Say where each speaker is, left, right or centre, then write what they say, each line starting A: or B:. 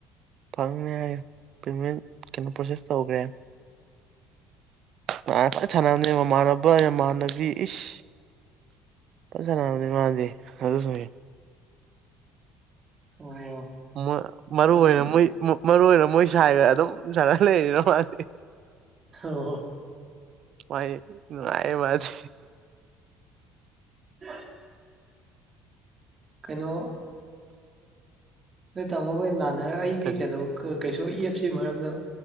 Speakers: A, on the right; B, on the right.
A: ꯐꯪꯅꯦꯍꯥꯏ ꯄꯦꯃꯦꯟ ꯀꯩꯅꯣ ꯄ꯭ꯔꯣꯁꯦꯁ ꯇꯧꯈ꯭ꯔꯦꯝ ꯐꯖ ꯁꯥꯟꯅꯕꯅꯦ ꯃꯃꯥꯟꯅꯕ ꯃꯃꯥꯟꯅꯕꯤ ꯏꯁ ꯐꯥꯟ ꯁꯥꯟꯅꯕꯅꯦ ꯃꯥꯗꯤ ꯑꯗꯨꯅꯅꯤ
B: ꯑꯣ
A: ꯃꯥ ꯃꯔꯨ
B: ꯑꯗꯨꯝ
A: ꯑꯣꯏꯅ
B: ꯑꯣ
A: ꯃꯣꯏ ꯃꯨ ꯃꯔꯨ ꯑꯣꯏꯅ ꯃꯣꯏ ꯁꯥꯏꯒ ꯑꯗꯨꯝ ꯁꯥꯟꯅ ꯂꯩꯔꯦꯗ ꯃꯥꯗꯤ
B: ꯍꯜꯂꯣ
A: ꯃꯥꯏ ꯅꯨꯡꯉꯥꯏꯌꯦ ꯃꯥꯗꯤ
B: <unintelligible> ꯀꯩꯅꯣ ꯅꯣꯏ ꯇꯥꯃꯣ ꯍꯣꯏ ꯅꯍꯥꯟ ꯍꯥꯏꯔ ꯑꯩꯗꯤ
A: ꯀꯔꯤ
B: ꯀꯩꯅꯣ ꯀꯩꯁꯨ ꯏꯑꯦꯞꯁꯤ ꯃꯔꯝꯗ